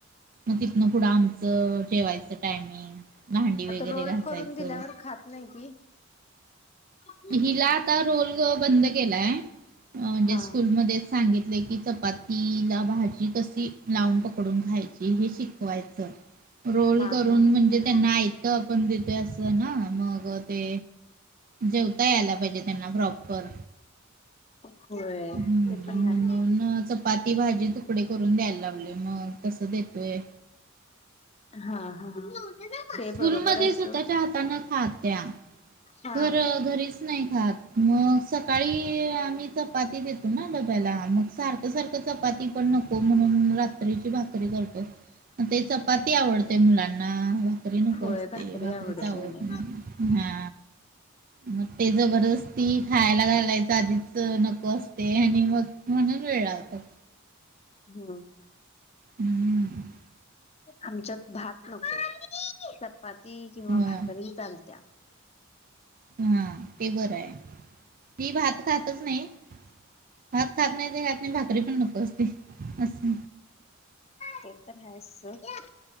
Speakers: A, on the right; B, on the left.
A: मग तिथनं पुढं आमचं जेवायचं टायमिंग भांडी वगैरे
B: रोल
A: घासायचं.
B: करून दिल्यावर खात नाही ती. हा
A: हिला आता रोल बंद केलाय अ म्हणजे
B: हा
A: स्कूलमध्येच सांगितलय की चपाती ला भाजी कशी लावून पकडून खायची हे शिकवायचं. रोल
B: हा
A: करून म्हणजे
B: हा
A: त्यांना आयतं आपण देतोय असं ना मग ते जेवता यायला पाहिजे त्यांना प्रॉपर.
B: होय
A: हम्म
B: ते पण
A: म्हणून
B: नाही.
A: चपाती भाजी तुकडे करून द्यायला लावलेय, मग तसं देतोय.
B: हा हा ते
A: स्कूलमध्ये
B: बरोबर आहे
A: स्वतःच्या
B: सोड.
A: हाताने खात्या,
B: हा.
A: घर घरी नाही खात, मग सकाळी आम्ही चप चपाती देतो ना डब्याला, मग सारखं सारखं चपाती पण नको म्हणून रात्रीची भाकरी करतो. ते चपाती आवडते मुलांना हा भाकरी नको
B: होय
A: असते,
B: भाकरी
A: भाकरीच आवडत
B: म्हणे.
A: नाही हा. मग ते जबरदस्ती खायला घालायचं आधीच नको अस ते आणि मग म्हणून वेळ लाव तात.
B: हम्म.
A: हम्म
B: आमच्यात भात नको चपाती किंवा
A: होय
B: भाकरी चालत्या.
A: हम ते बरं आहे ती भात खातच नाही. भाात खात नाही ते खात नाही भाकरी पण नको असते अस्स.
B: ते तर आहेच सोड.